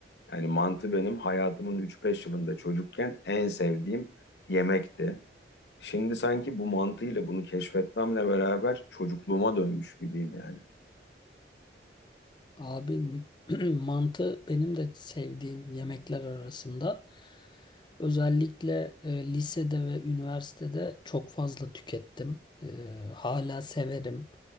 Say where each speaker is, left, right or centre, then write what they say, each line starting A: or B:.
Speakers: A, on the left; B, on the left.
A: Yani mantı benim hayatımın üç beş yılında çocukken en sevdiğim yemekti. Şimdi sanki bu mantıyla bunu keşfetmemle beraber çocukluğuma dönmüş gibiyim yani.
B: Abi mü- <clears throat> mantı benim de sevdiğim yemekler arasında. Özellikle e, lisede ve üniversitede çok fazla tükettim. E, hala severim.